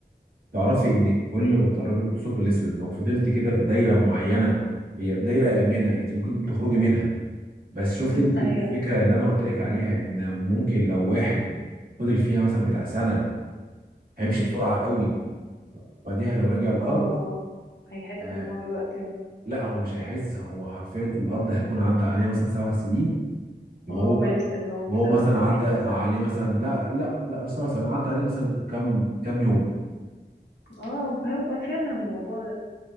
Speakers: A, on the right; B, on the left.
A: تعرفي انك كل ما بتقربي من الثقب الاسود لو فضلت كده في دايره معينه هي دايره امنه انت ممكن تخرجي منها بس شفت
B: بس
A: انت الفكره
B: ايوه
A: اللي انا قلت لك عليها ان ممكن لو واحد فضل فيها مثلا بتاع سنه هيمشي
B: امم
A: بسرعه قوي بعديها لو رجع
B: اه
A: الارض
B: آه. هيحس
A: آه
B: ان هو الوقت
A: لا هو مش هيحس هو حرفيا الارض هيكون عدى عليه مثلا سبع سنين وهو
B: وهو لسه اللي هو
A: وهو
B: في سبع
A: مثلا
B: ثواني
A: عدى عليه
B: مثلا
A: مثلا لا لا لا مش سبع سنين عدى عليه مثلا كام كام يوم
B: اه فهو فعلا موضوع